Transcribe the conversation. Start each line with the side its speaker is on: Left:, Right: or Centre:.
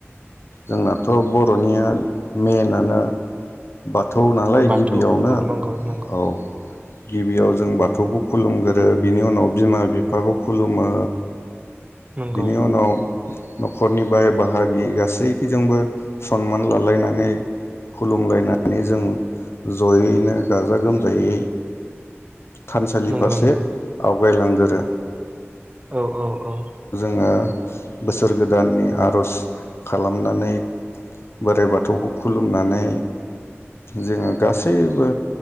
Left: जोंनाथ' बर'निया मइेनआनो बाथौ नालाय
Right: बाथौ
Left: गिबियावनो
Right: औ नंगौ नंगौ
Left: औ गिबियाव जों बाथौखौ खुलुमग्रो बिनि उनाव बिमा बिफाखौ खुलुमो
Right: नंगौ
Left: बिनि उनाव न'खरनि बाय बाहागि गासैखजोंबो सनमान लालायनानै खुलुमलायनानै जों जयैनो गाजा गोमजायै थानसालि
Right: नंगौ
Left: फारसे
Right: नंगौ
Left: आव आवगायलांगोरो
Right: औ औ औ
Left: याव बोसोर गोदाननि आर'ज खालामनानै बोराइ बाथौखौ खुलुमनानै जोङो गासैबो